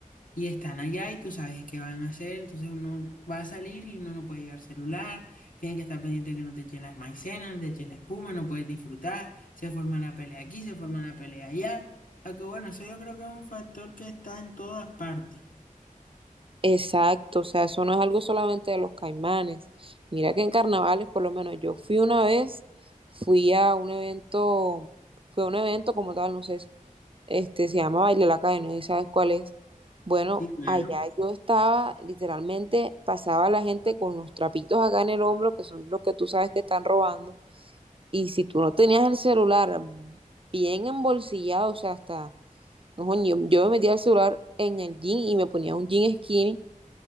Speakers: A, on the left; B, on the right.
A: y están allá y tú sabes qué van a hacer, entonces uno va a salir y uno no puede llevar celular, tienen que estar pendiente que no te echen las maicenas, no te echen la espuma, no puedes disfrutar, se forma la pelea aquí, se forma la pelea allá, aunque bueno, eso yo creo que es un factor que está en todas partes,
B: Exacto, o sea, eso no es algo solamente de los caimanes. Mira que en carnavales, por lo menos yo fui una vez, fui a un evento, fue a un evento como tal, no sé, este se llama Baile la Calle, no sé si sabes cuál es. Bueno,
A: sí, claro,
B: allá yo estaba, literalmente pasaba la gente con los trapitos acá en el hombro, que son los que tú sabes que están robando Y si tú no tenías el celular bien embolsillado, o sea, hasta, no, yo, yo me metía el celular en el jean y me ponía un jean skinny,